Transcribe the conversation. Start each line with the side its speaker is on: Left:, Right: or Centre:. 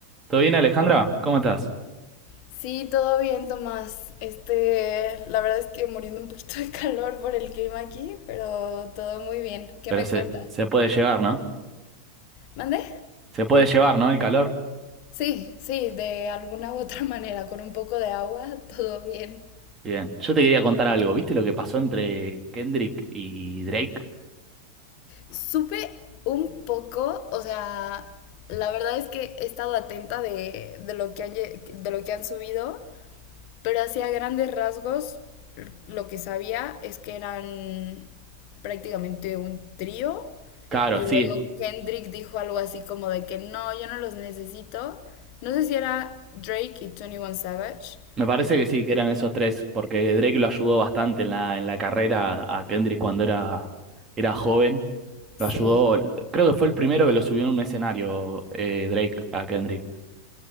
Right: ¿Todo bien, Alejandra? ¿Cómo estás?
Left: Sí, todo bien, Tomás. Este, la verdad es que muriendo un poquito de calor por el clima aquí, pero todo muy bien. ¿Qué
Right: Pero
Left: me
Right: se,
Left: cuentas?
Right: se puede llevar, ¿no?
Left: ¿Mande?
Right: Se puede llevar, ¿no? El calor.
Left: Sí, sí, de alguna u otra <laughs> manera, con un poco de agua, todo bien.
Right: Bien. Yo te quería contar algo. ¿Viste lo que pasó entre Kendrick y Drake?
Left: Supe un poco, o sea, la verdad es que he estado atenta de, de lo que han, lle- de lo que han subido. Pero hacia grandes rasgos, lo que sabía es que eran prácticamente un trío.
Right: Claro,
Left: Y
Right: sí.
Left: luego Kendrick dijo algo así como de que no, yo no los necesito. No sé si era Drake y 21 Savage.
Right: Me parece que sí, que eran esos tres, porque Drake lo ayudó bastante en la, en la carrera a Kendrick cuando era, era joven. Lo
Left: Sí,
Right: ayudó, creo que fue el primero que lo subió en un escenario, eh, Drake a Kendrick.